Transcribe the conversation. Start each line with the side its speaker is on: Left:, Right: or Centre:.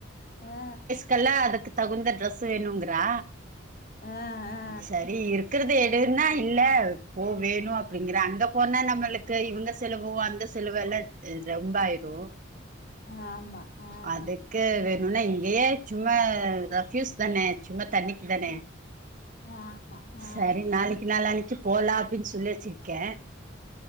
Left: ஆ
Right: கெல்ல அதுக்கு தகுந்த டிரெஸ் வேணுங்றா
Left: ஆ, ஆ.
Right: செரி இரு க்கிறது எடுன்னா இல்ல போ வேணு அப்டிங்ற அங்க போனா நம்மளுக்கு இவுங்க செலவோ அந்த செலவு எல்லா ரொம்ப ஆயிரு
Left: ஆ ஆமா ஆ.
Right: அதுக் க்கு வேணுனா இங்கயே சும்மா ரப் யூஸ் தானே சும்மா தண்ணிக்கு தானே
Left: ஆ ஆமா ஆ
Right: செரி நாளிக்கி நாளானிக்கி போலா அப்டின்னு சொல்லி வெச்சிருக்கே